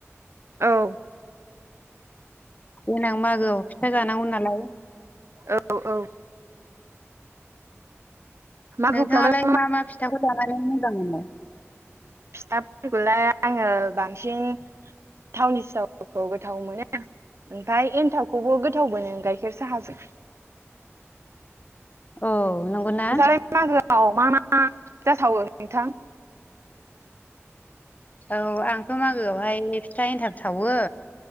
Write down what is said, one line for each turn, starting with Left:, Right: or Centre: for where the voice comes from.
Right: औ
Left: देनां मागोआव फिथा जानांगौ नालाय
Right: औ औ मागोफ्रावलाय
Left: नोंथाङालाय मा मा फिथाखौ जानानै मोजां मोनो
Right: फिथाफोरखौलाय आङो बांसिन थावनि सिथावखौ गोथाव मोनो ओमफफ्राय एन्थावखौबो गोथाव मोनो गाइखेर साहाजों
Left: औ नंगौना
Right: <unintelligible> औ मा मा जाथावो नोंथां
Left: औ आंथ' मागोआवहाय फिथा एन्थाब सावो